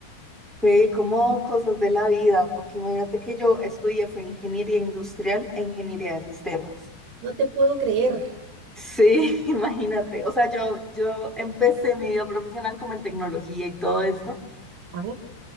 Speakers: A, in the centre; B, on the right.
A: Fue como cosas de la vida, porque imagínate que yo estudié fue ingeniería industrial e ingeniería de sistemas.
B: No te puedo creer.
A: Sí, <laughs> imagínate. O sea, yo, yo empecé mi vida profesional como en tecnología y todo esto,
B: Ah,